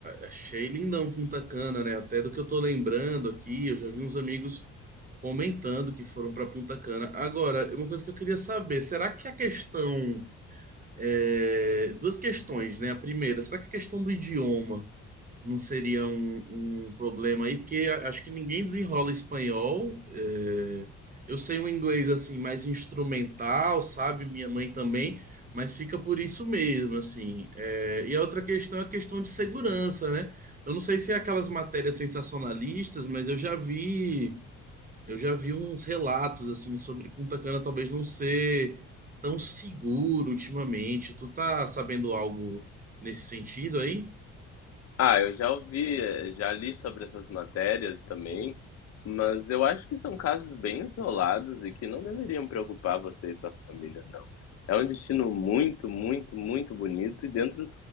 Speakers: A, on the right; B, on the left.
A: achei lindão Punta Cana, né? Até do que eu tô lembrando aqui, eu já vi uns amigos. Comentando que foram pra Punta Cana. Agora, uma coisa que eu queria saber, será que a questão É, duas questões, né? A primeira, será que a questão do idioma não seria um, um problema aí? Porque a- acho que ninguém desenrola espanhol. é, eu sei um inglês assim mais instrumental, sabe? Minha mãe também, mas fica por isso mesmo, assim. É, e a outra questão é a questão de segurança, né? Eu não sei se é aquelas matérias sensacionalistas, mas eu já vi. Eu já vi uns relatos assim sobre Punta Cana talvez não ser tão seguro ultimamente. Tu tá sabendo algo nesse sentido aí?
B: Ah, eu já ouvi, eh, já li sobre essas matérias também, mas eu acho que são casos bem isolados e que não deveriam preocupar você e sua família, não. É um destino muito, muito, muito bonito e dentro,